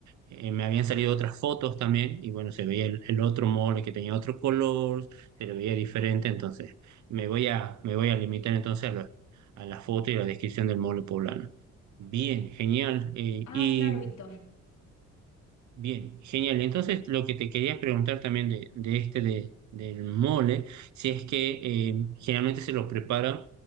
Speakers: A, on the right (about 70°); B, on the left (about 70°).
A: eh, me habían salido otras fotos también y bueno, se veía el, el otro mole que tenía otro color, se le veía diferente, entonces me voy a, me voy a limitar entonces a la, a la foto y la descripción del mole poblano. Bien, genial. Eh,
B: Ah,
A: y
B: claro, Víctor.
A: Bien, genial. Entonces, lo que te quería preguntar también de, de este de, del mole, si es que eh, generalmente se lo prepara